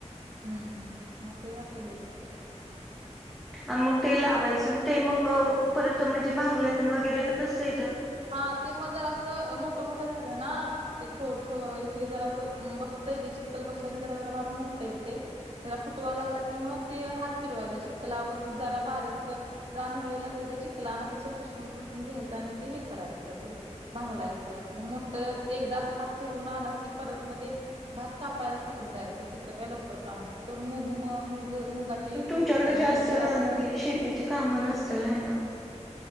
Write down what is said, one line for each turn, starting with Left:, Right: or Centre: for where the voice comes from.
Right: हम्म मग ते असं ह असतं.
Centre: हा मग ते लावायचं आणि ते मग परत म्हणजे भांगल्या वगैरे नसते त्यात.
Right: हा ते माझं असं मो मोठ मोठ मोठ झालं ना ते थोडस हे जरा असं बसतं ते चिककल बसला की जरा जरा भात मो येते त्याला फुटवा लागला की मग ते हात फिरवायचा चिखला व जरा बारीक. रान उगलेलं असते ते चिकलान अस असं पुसून पुसून घ्यायचं आणि ते हे करायचं ते. भांगलायचं मग मोठ ते एकदा हात फिरवून आला की परत मग ते. भात कापायलाच तिकड जायचं मग तिकडे काय लवकर काम असते तर मुग म मूग मुगाची
Centre: मण तुमच्याकडे
Right: अं,
Centre: जास्त
Right: भुईमुगातनं
Centre: राहनाली शेतीची कामं नसतीलल आहे ना.